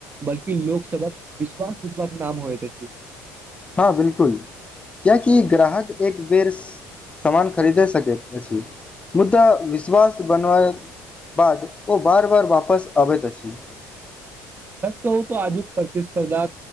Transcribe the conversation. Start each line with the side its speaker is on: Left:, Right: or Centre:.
Right: बल्कि लोकसभक विश्वास जीतबाक नाम होइत अछि।
Left: हँ बिलकुल किएकि ग्राहक एक बेर सामान खरीदे सकैत अछि मुदा विश्वास बनबाक बाद ओ बार बार वापस आबैत अछि।
Right: सच कहू त आजुक प्रतिस्पर्धा